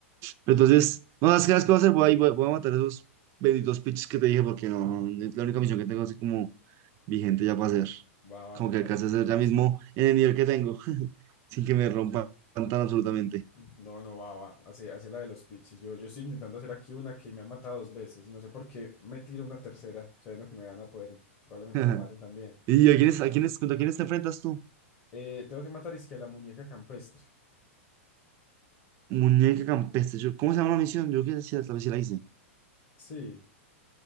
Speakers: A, on the right; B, on the left.
A: Pero entonces, no sabes qué las que voy a hacer, voy a, ir- voy a voy a matar esos benditos pitches que te dije porque no, no, es la única misión que tengo así como vigente ya para hacer.
B: Va, va,
A: Como
B: me
A: que
B: parece,
A: alcance a
B: me
A: hacer
B: parece.
A: ya mismo en el nivel que tengo, <laughs> sin que me rompan tan absolutamente.
B: No, no, va, va. Hace, hace la de los pitches. Yo, yo estoy intentando hacer aquí una que me han matado dos veces y no sé por qué me tiro una tercera, sabiendo que me van a poder. Probablemente
A: <laughs>
B: me maten también.
A: ¿Y a quiénes, a quiénes, contra quiénes te enfrentas tú?
B: Eh, tengo que matar es que a la muñeca campestre.
A: Muñeca campestre. Yo, ¿cómo se llama la misión? Yo creo que sí, tal vez sí la hice.
B: Sí.